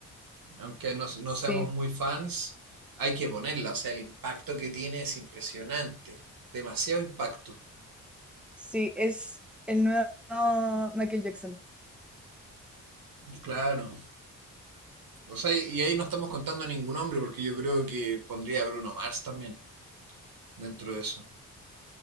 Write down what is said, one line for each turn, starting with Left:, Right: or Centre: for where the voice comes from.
Right: aunque no, no
Centre: Sí,
Right: seamos muy fans, hay que ponerla. O sea, el impacto que tiene es impresionante. Demasiado impacto.
Centre: sí, es el nuevo Michael Jackson.
Right: Claro. O sea, y ahí no estamos contando a ningún hombre, porque yo creo que pondría a Bruno Mars también dentro de eso.